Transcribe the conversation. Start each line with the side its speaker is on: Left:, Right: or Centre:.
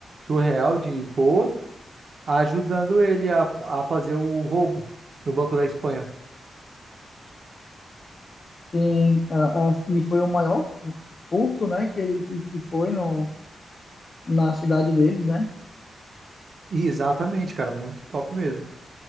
Right: surreal de boa, ajudando ele a, a fazer o roubo no Banco da Espanha.
Left: sim. A- a- e foi o maior fu- furto, né? Que, que, que foi no, na cidade deles, né?
Right: E exatamente, cara, muito top mesmo.